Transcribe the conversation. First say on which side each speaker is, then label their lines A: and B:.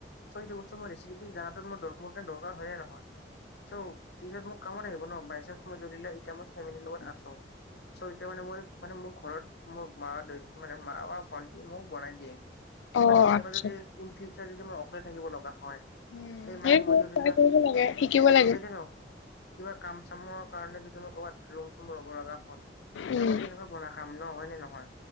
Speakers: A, on the left (about 65°); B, on the left (about 85°).
A: ছো সেইটো বস্তু মই ৰেচিপি জাগাটো মোৰ দৰ- মোৰ কাৰণে দৰকাৰ হয়য়ে নহয় ছো পিছত মোৰ কামত আহিব ন', বাই চানছ মই ধৰিলে এতিয়া মই ফেমিলিৰ লগত আছোঁ। ছো এতিয়া মানে মই মানে মোৰ ঘৰত মোৰ মা-দে- মানে মা বা ভন্টিয়ে মোক বনাই দিয়ে।
B: অ
A: বাট কেতিয়াবা
B: আচ্ছা
A: যদি ইন ফিউচাৰ যদি মই অকলে থাকিব লগা হয়
B: উম
A: এই মানে
B: সেইটোৱে
A: মজ দিল
B: ট্ৰাই
A: দ
B: কৰিব লাগে শিকিব লাগে
A: ব সাই দ ৰ কিবা কাম চামৰ কাৰণে যদি মই ক'বাত ৰুম-চুম ৰব লগা হ'ল, তেতিয়া
B: উম
A: মই কেনেকে বনাই খাম ন', হয় নে নহয়?